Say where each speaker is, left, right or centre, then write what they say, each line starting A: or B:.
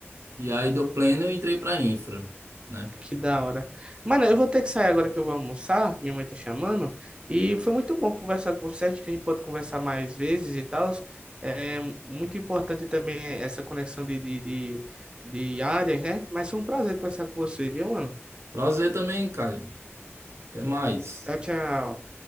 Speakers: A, on the right; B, on the right.
A: e aí do pleno eu entrei para infra, né?
B: Que da hora. Mano, eu vou ter que sair agora que eu vou almoçar. Minha mãe tá chamando. E foi muito bom conversar com você. Acho que a gente pode conversar mais vezes e tal. É muito importante também essa conexão de, de, de, de áreas, né? Mas foi um prazer conversar com você, viu, mano?
A: Prazer também, cara. Até mais.
B: Tchau, tchau.